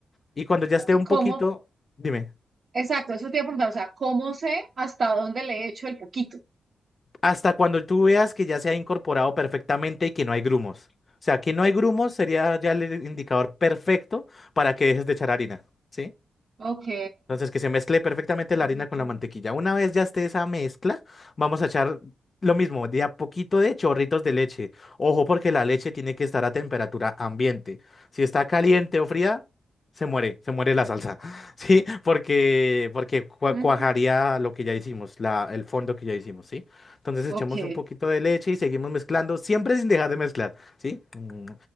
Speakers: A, on the left; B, on the right.
A: y cuando ya esté
B: ¿Y
A: un poquito,
B: cómo,
A: dime,
B: Exacto, eso te iba a preguntar, o sea, ¿cómo sé hasta dónde le he hecho el poquito?
A: hasta cuando tú veas que ya se ha incorporado perfectamente y que no hay grumos. O sea, que no hay grumos sería ya el indicador perfecto para que dejes de echar harina, ¿sí?
B: Ok.
A: Entonces, que se mezcle perfectamente la
B: Uy.
A: harina con la mantequilla. Una vez ya esté esa mezcla, vamos a echar lo mismo, de a poquito de chorritos de leche. Ojo, porque la leche tiene que estar a temperatura ambiente. Si está caliente o fría, se muere, se muere la salsa. <laughs> ¿Sí? Porque, porque cua-
B: Ujú.
A: cuajaría lo que ya hicimos, la, el fondo que ya hicimos, ¿sí? Entonces, echamos
B: Ok,
A: un poquito de leche y seguimos mezclando, siempre sin dejar de mezclar, ¿sí? Mm.